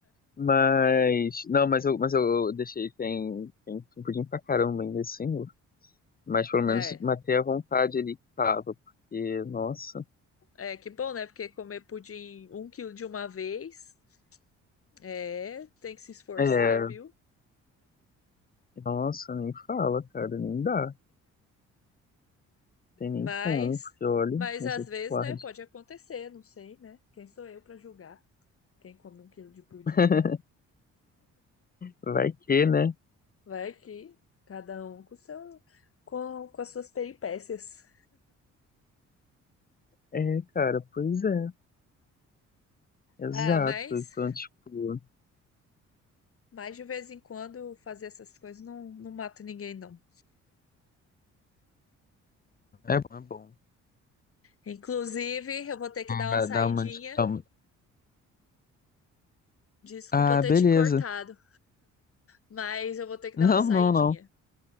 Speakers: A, on the left (about 30°); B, on the left (about 50°).
A: Mas. Não, mas eu, mas eu eu deixei. Tem, tem tem um pudim pra caramba ainda assim. Mas pelo
B: né?
A: menos matei a vontade ali que tava. Porque, nossa.
B: É, que bom, né? Porque comer pudim um quilo de uma vez, é, tem que se esforçar,
A: É.
B: viu?
A: Nossa, nem fala, cara. Nem dá. Tem nem
B: Mas,
A: como. Porque, olha,
B: mas
A: misericórdia.
B: às vezes, né, pode acontecer, não sei, né? Quem sou eu pra julgar quem come um quilo de pudim?
A: <laughs> Vai que, né?
B: Vai que cada um com seu, com, com as suas peripécias.
A: É, cara, pois é. Exato.
B: Ah, mas,
A: Então, tipo.
B: mas de vez em quando fazer essas coisas não, não mata ninguém, não.
A: É bom, é bom.
B: Inclusive, eu vou ter que dar uma
A: Dá
B: saidinha.
A: dá uma. de- dá uma-
B: Desculpa
A: Ah,
B: eu ter
A: beleza.
B: te cortado, mas eu vou ter que dar
A: Não,
B: uma saidinha.
A: não, não.